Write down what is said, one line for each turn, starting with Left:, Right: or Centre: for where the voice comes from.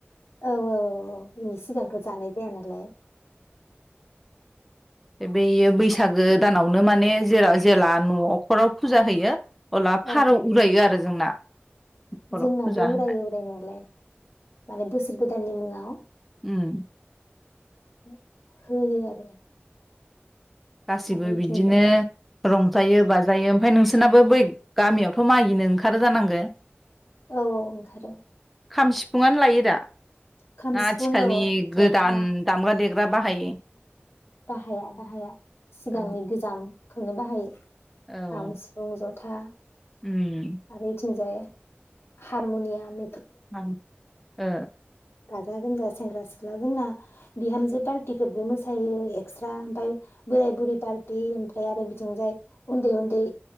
Left: औ औ औ अ बिनि सिगांथ जानाय जाया नालाय
Centre: बै बेयो बैसागो दानावनो माने जेराव जेला न' न'खराव फुजा
Left: उम
Centre: होयो अब्ला फारौ
Left: औ
Centre: उरायो आरो जोंना न'खराव
Left: जोंनाबो
Centre: फुजा होनाय
Left: उरायो उरायनायालाय माने बोसोर गोदाननि मुङाव
Centre: उम
Left: उम होयो आरो
Centre: गासिबो
Left: आरो इथिंबो
Centre: बिदिनो रंजायो बाजायो ओमफाय नोंसोरनाबो बै गामियावथ' मागिनो ओंखारो जानांगो
Left: औ औ ओंखारो।
Centre: खाम सिफुंआनो लायो दा?
Left: खाम
Centre: ना
Left: सिफुं
Centre: आथिखालनि
Left: औ जथा
Centre: गोदान दामग्रा देग्रा बा बाहायो
Left: बाहाया बाहाया सिगांनि
Centre: औ
Left: गोजाम खौनो बाहायो खाम
Centre: औ
Left: सिफुं जथ था
Centre: उम
Left: आरो ओइथिंजाय हारमनियाम
Centre: <unintelligible> ओ ओ
Left: गाजा गोमजा सेंग्रा सिख्ला जोंना बिहामजो पार्टिफोरबो मोसायो एक्सट्रा ओमफाय बोराय बुरि पार्टि ओमफ्राय आरो बिथिंजाय उन्दै उन्दै